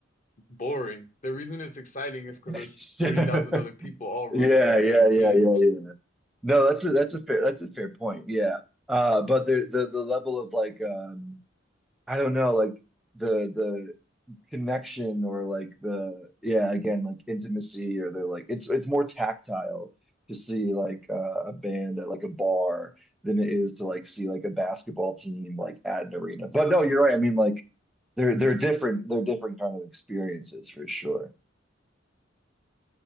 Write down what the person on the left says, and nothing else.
boring. The reason it's exciting is because there's
40,000
other people all rooting
for the
same team.